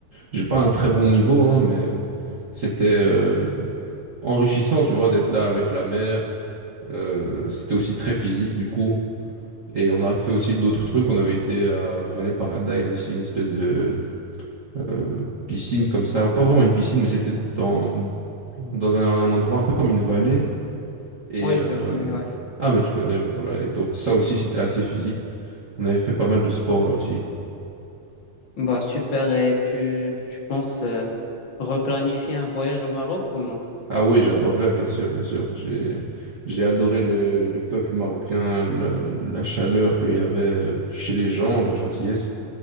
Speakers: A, on the right; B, on the left.
A: j'ai pas un très bon niveau, hein, mais c'était euh, enrichissant, tu vois, d'être là avec la mer. Euh, c'était aussi très physique du coup. Et on a fait aussi d'autres trucs. On avait été à Valley Paradise aussi, une espèce de euh, piscine comme ça, pas vraiment une piscine, mais c'était dans, dans un, un endroit un peu comme une vallée. Et
B: Oui,
A: euh,
B: je le connais, ouais.
A: ah, mais tu connais, mais voilà. Et donc ça aussi, c'était assez physique. On avait fait pas mal de sport là aussi.
B: Bah super, et tu, tu penses euh, replanifier un voyage au Maroc ou non?
A: Ah oui, j'adorais, bien sûr, bien sûr. J'ai j'ai adoré le, le peuple marocain, la, la chaleur qu'il y avait chez les gens, la gentillesse.